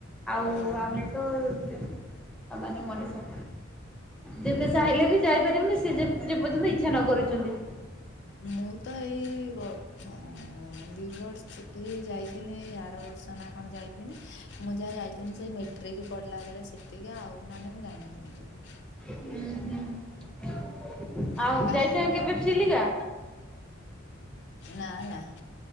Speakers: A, in the centre; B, on the left.
A: ଆଉ
B: ହଁ
A: ଆମେ ତ-ଅ ସାମାନ୍ୟ ମଣିଷ। ଯେତେ ଚାହିଁଲେ ବି ଯାଇପାରିବୁନି, ସେ ଯେ-ଯେ ପର୍ଯ୍ୟନ୍ତ ଇଚ୍ଛା ନ କରଛନ୍ତି।
B: ମୁଁ ତ ଏଇ ଗଡ୍, ଅଁ ଦି ବର୍ଷ ଏଇ ଯାଇଥିନି, ଏଇ ଆର ବର୍ଷ ନା କଣ ଯାଇଥିନି? ମୁଁ ଯାହା ଯାଇଥିନି, ସେଇ ମେଟ୍ ରିକି ପଢିଲା ବେଳେ ସେତିକି, ଆଉ ନହେନେ, ମୁଁ ଯାଇନଥିନୀ କେଭେ?
A: ଉୁଁ, ହୁଁ ଆଉ
B: ଏ ବାହା
A: ଯାଇଚନ୍
B: ହେଲା
A: କେବେ
B: ପରେ ଥରେ।
A: ଚିଲିକା?
B: ନାଁ, ନା।